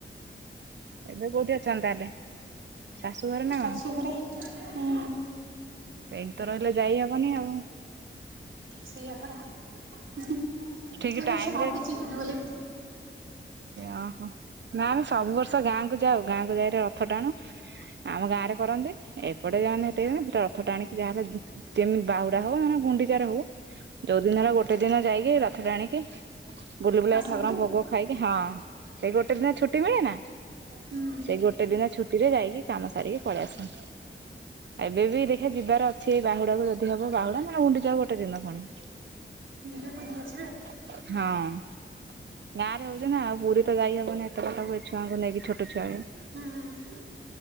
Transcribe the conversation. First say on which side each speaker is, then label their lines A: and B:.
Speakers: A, on the right; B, on the right.
A: ଏବେ କୋଉଠି ଅଛନ୍ତି ତାହେଲେ ଶାଶୁ ଘରେ ନା
B: ଶାଶୁ
A: କଣ?
B: ଘରେ ହୁଁ
A: ଏଇଠି ତ ରହିଲେ ଯାଇ ହବନି ଆଉ।
B: ସେଇଆ ପରା ଏଇ
A: ଠିକ ଟାଇମ
B: ବର୍ଷ ଭାବିଛି ଯିବି ବୋଲି।
A: ଅହୋ ନା ଆମେ ସବୁ ବର୍ଷ ଗାଁକୁ ଯାଉ ଗାଁକୁ ଯାଇରେ ରଥ ଟାଣୁ। ଆମ ଗାଁରେ କରନ୍ତି ଏପଟେ ଯାଅନି ହେତ ସେ ରଥଟା ଆଣିକି ଯାହା ହେଲେ। ଯେମିତି ବାହୁଡା ହବ ମାନେ ଗୁଣ୍ଡିଚାର ହଉ ଯୋଉ ଦିନ ହେଲା ଗୋଟେ ଦିନ ଯାଇକି ରଥ ଟାଣିକି। ବୁଲି ବୁଲାକି
B: ଆସ
A: ଠାକୁରଙ୍କ
B: ଭାରି ଆଉ
A: ଭୋଗ ଖାଇକି ହଁ ଏଇ ଗୋଟେ ଦିନ ଛୁଟି ମିଳେନା।
B: ହୁଁ
A: ସେଇ ଗୋଟେ ଦିନ ଛୁଟିରେ ଯାଇକି କାମ ସାରିକି ପଳେଇଆସେ। ଏବେ ବି ଦେଖିବା ଯିବାର ଅଛି ଏଇ ବାହୁଡାକୁ ଯଦି ହବ ବାହୁଡା ନହେଲେ ଗୁଣ୍ଡିଚା ଯାଉ ଗୋଟେ ଦିନ ପୁଣି।
B: ଯିବେ ବୁଲି ଆସିବେ ଆଉ।
A: ହଁ ଗାଁରେ ରହୁଛୁ ନା ଆଉ ପୁରୀ ତ ଯାଇ ହବନି ଏତେ ପାଖକୁ ଏ ଛୁଆଙ୍କୁ ନେଇକି ଛୋଟ ଛୁଆ।
B: ହୁଁ